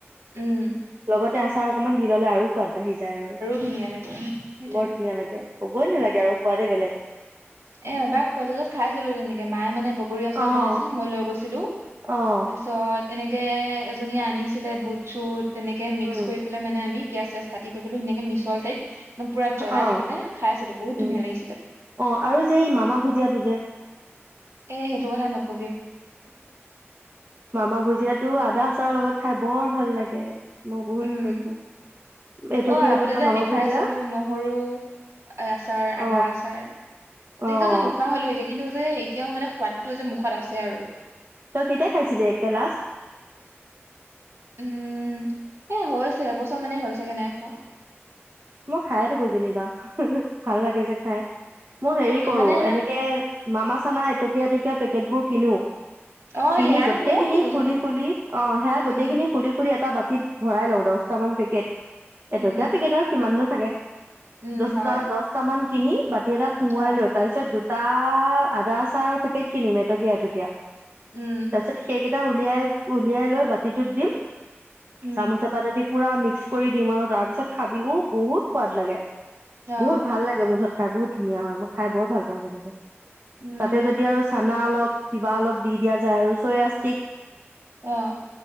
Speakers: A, on the right (about 70°); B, on the right (about 50°).
A: উম।
B: লগতে আচাৰ অকমান দি ল'লে আৰু সোৱাদ বাঢ়ি যায় আৰু,
A: ধুনীয়া লাগে সেইটোয়ে
B: বৰ ধুনীয়া লাগে। কবই নালাগে আৰু সোৱাদে বেলেগ।
A: এ‌ - এবাৰ কলেজত খাইছিলো তেনেকে, মায়ে মানে বগৰী আচাৰ
B: অ',
A: বনাইছিল মই লৈ গৈছিলো,
B: অ',
A: তাৰপিছত এনেকে এজনীয়ে আনিছিলে বুট চুট তেনেকে মিক্স
B: উম,
A: কৰি পেলাই মানে আমি পিয়াজ চিয়াজ কাটি কৰি পেলে ধুনীয়াক মিছল টাইপ একদম পুৰা জ্বলা
B: অ',
A: দি পেলাই খাইছিলো, বহুত
B: উম,
A: ধুনীয়া লাগিছিলে।
B: অ', আৰু যে এই মামা ভুজিয়াটো যে
A: এই সেইটোৰ কথা নক
B: মামা ভুজিয়াটো আদা আছ তাৰ লগত খাই বৰ ভাল লাগে। মই বহুত
A: উম।
B: ভাল পাওঁ এইটো
A: অ'
B: কি
A: আগতে যে
B: মামা
A: আমি খাইছিলো
B: ভুজিয়া
A: নহৰু আচাৰ,
B: অ',
A: আদা আচাৰ এইগিটা
B: অ',
A: যে নোখোৱা হ'লো কিন্তু যে এতিয়াও মানে সোৱাদটো যে মুখত আছে আৰু।
B: তই কেতিয়া খাইছিলি একে লাষ্ট?
A: উম, এ হৈছে এবছৰ মানেই হল চাগে নাই খোৱা।
B: মই খায়ে থাকো যেনিবা, ভাল লাগে যে খায়। মই হেৰি কৰো
A: মানে
B: এনেকে মামা চানা এটকীয়া এটকীয়া পেকেট বোৰ কিনো।
A: অ
B: কিনি
A: সেয়াতো
B: গোটেই
A: ময়ও
B: খিনি
A: কিনি
B: খুলি
A: থাকো
B: খুলি অ সেয়া
A: উম
B: গোটেই খিনি খুলি খুলি এটা বা। ৰাতিত ভৰাই লওঁ দহটাামান পেকেট। এইটো
A: উম
B: কিয় পেকেট আৰু। মানুহ থাকে।
A: উম
B: দহটা
A: হয়
B: দহটা মান। কিনি। বাতি এটাত সোমোৱাই
A: অ
B: লৈ তাৰপিছত। তাৰ আদা চাৰৰ পেকেট কিনিম এটকীয়া এটকীয়া।
A: উম
B: তাৰ পিছত শেই গি। এটা উলিয়াই উলিয়াই লৈ বা। টোত দিম।
A: উম
B: চামুচ এপাতেদি। পুৰা মিক্স কৰি দিম আৰু তাৰ পিছত খাবিও। বহুত সোৱাদ লাগে।
A: অ',
B: বহুত ভাল লাগে মুঠত। খাই বহুত ধুনীয়া হয়। মই খাই বৰ ভাল পাওঁ তেনেকে।
A: উম,
B: তাতে যদি আৰু চা। না অলপ কিবা অলপ দি দিয়া যায় আৰু চৈয়া চিক।
A: অ।